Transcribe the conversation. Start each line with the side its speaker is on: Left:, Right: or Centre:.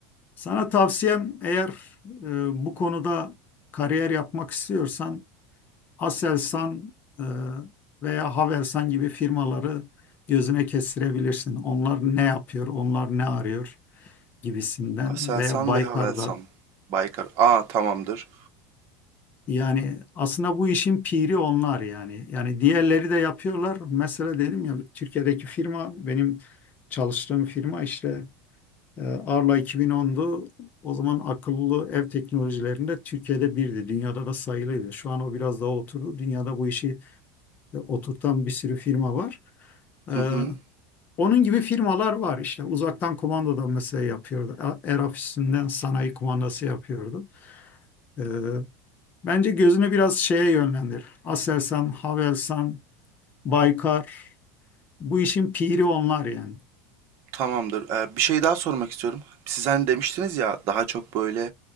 Left: Sana tavsiyem eğer e, bu konuda kariyer yapmak istiyorsan Aselsan e, veya Havelsan gibi firmaları gözüne kestirebilirsin. Onlar ne yapıyor, onlar ne arıyor gibisinden
Right: Aselsan
Left: veya Baykar'da
Right: ve Havelsan. Baykar. Aa tamamdır.
Left: Yani aslında bu işin piri onlar yani. Yani diğerleri de yapıyorlar. Mesela dedim ya Türkiye'deki firma benim çalıştığım firma işte e, Arla 2010'du. O zaman akıllı ev teknolojilerinde Türkiye'de birdi. Dünyada da sayılıydı. Şu an o biraz daha oturdu. Dünyada bu işi e, oturtan bir sürü firma var.
Right: Hı
Left: E,
Right: hı.
Left: Onun gibi firmalar var işte. Uzaktan kumanda da mesela yapıyordu. E- Air ofisinden sanayi kumandası yapıyordu. E, Bence gözüne biraz şeye yönlendir. Aselsan, Havelsan, Baykar. Bu işin piri onlar yani.
Right: Tamamdır. Ee, bir şey daha sormak istiyorum. Siz hani demiştiniz ya daha çok böyle